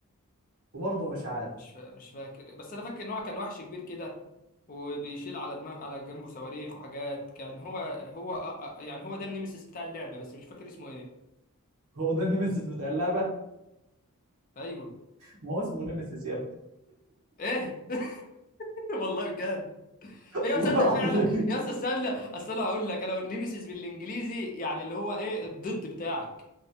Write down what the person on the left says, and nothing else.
مش فا... مش فاكر بس انا فاكر ان هو كان وحش كبير كده وبيشيل على دماغ على جنبه صواريخ وحاجات كان هو هو آه، آه، يعني هو ده النيمسيس بتاع اللعبه بس مش فاكر اسمه ايه
ايوه
ايه <laughs> والله بجد
ايوه
تصدق
فعلا يا اسطى استنى اصل انا هقول لك انا نيمسيس بالانجليزي يعني اللي هو ايه الضد بتاعك